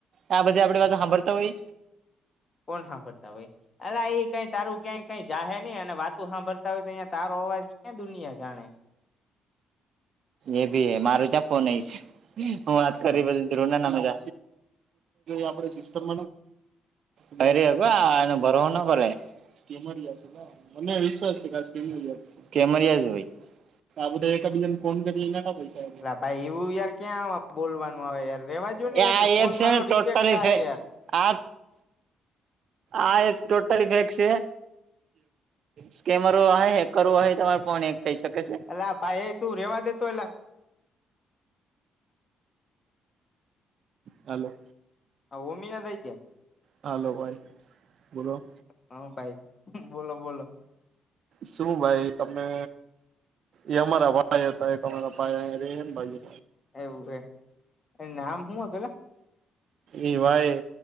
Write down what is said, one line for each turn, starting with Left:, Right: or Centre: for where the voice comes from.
Right: આ બધી આપડી વાતો સાંભરતા હોય
Left: કોણ સાાભરતા હો એ એ કઈ તારું ક્યાંય કઈ જાહેર નહી અને વાતું સાાભર. ય તો તહીં તારો અવાજ ક્યાં દુનિયા જાણે.
Right: એ ભી હ મારું ત્યાં ફોન નઈ છે હું વાત કરી.
Left: હા
Right: ના ર થ આપણે સિસ્ટમ ફરી આ એ ભરોહો નો કરાય. કેમરિયા છે મને વિશ્વાસ છે કેમર કેમરિયા છે ભાઈ. આ બધા એકબીજાને ફોન કરીને હતા પછ
Left: ભાઈ એવું યાર ક્યાં આમાં બોલવાનું આવે યાર રેવા જો ને યાર
Right: આ
Left: ફોન
Right: છે
Left: મારો
Right: ને
Left: રિજેક્ટ
Right: ટોટલી
Left: થાહે યાર
Right: આ આ ટોટલી ફેક છે. સ્કેનરો હોય હેકર હોય તમારે ફોન હેક થઈ શકે છે.
Left: હ ભાઈ તું રેવા દતો એલા.
Right: હાલો.
Left: હ ઓમિનદઈ્યા.
Right: હાલો ભાઈ બોલો.
Left: હા ભાઈ બોલો બોલો.
Right: શું ભાઈ તમે એ અમારા ભાઈ હતા એક અમારા ભાઈ એમ બાજુ.
Left: એવું હે નામ શું હતું લા.
Right: એ ભાઈ